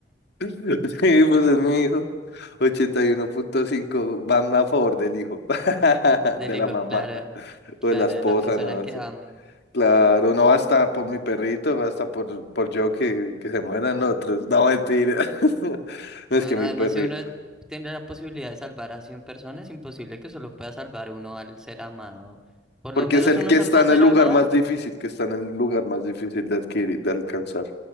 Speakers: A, on the left; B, in the centre.
A: Sí, pues es mi hijo. ochenta y uno punto cinco van a favor del hijo, <laughs>
B: Del
A: de
B: hijo,
A: la mamá
B: claro,
A: o
B: claro,
A: de la esposa,
B: de la persona
A: no
B: que
A: sé.
B: ame.
A: Claro, no hasta por mi perrito, hasta por, por yo que, que se mueran otros. No, mentira. <laughs>
B: Bueno,
A: No es que mi
B: además
A: perrito.
B: si uno tiene la posibilidad de salvar a 100 personas, es imposible que solo pueda salvar uno al ser amado. Por
A: Porque
B: lo menos
A: es el
B: uno
A: que
B: salva
A: está
B: a
A: en
B: ser
A: el lugar
B: amado,
A: más difícil, que está en el lugar más difícil de adquirir, de alcanzar.